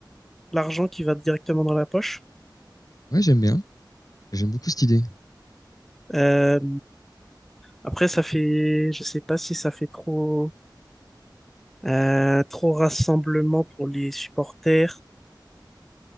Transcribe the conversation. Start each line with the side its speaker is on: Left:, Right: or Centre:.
Centre: l'argent qui va directement dans la poche.
Left: Ouais, j'aime bien. J'aime beaucoup cette idée.
Centre: Euh, après, ça fait, je sais pas si ça fait trop, euh, trop rassemblement pour les supporters.